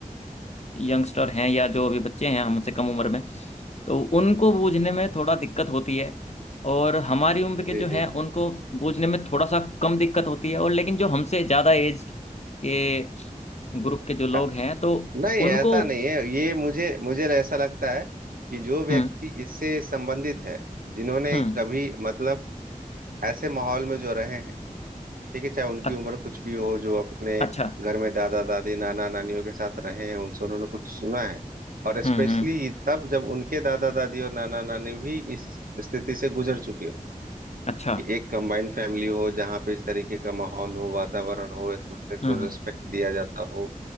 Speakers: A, on the left; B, on the right.
A: यंगस्टर हैं या जो अभी बच्चे हैं हमसे कम उम्र में तो उनको बूझने में थोड़ा दिक्कत होती है और हमारी उम्र के
B: जी
A: जो हैं
B: जी
A: उनको बूझने में थोड़ा सा कम दिक्कत होती है और लेकिन जो हमसे ज़्यादा एज के ग्रुप के जो लोग
B: हाँ
A: हैं तो
B: नहीं
A: उनको
B: ऐसा नहीं है ये मुझे मुझे ऐसा लगता है कि जो व्यक्ति
A: हम्म
B: इससे संबंधित है जिन्होंने
A: हम्म
B: कभी मतलब ऐसे माहौल में जो रहे हैं ठीक है चाहे उनकी
A: अ-
B: उम्र कुछ भी हो जो अपने
A: अच्छा
B: घर में दादा दादी नाना नानियों के साथ रहे हैं उनसे उन्होंने कुछ सुना है और स्पेशली
A: हम्म हम्म
B: तब जब उनके दादा दादी और नाना नानी भी इस स्थिति से गुजर चुके हो
A: अच्छा
B: कि एक कंबाइंड फैमिली हो जहाँ पे इस तरीके का माहौल हो वातावरण हो एक दूसरे को
A: हम्म हम्म
B: रिस्पेक्ट दिया जाता हो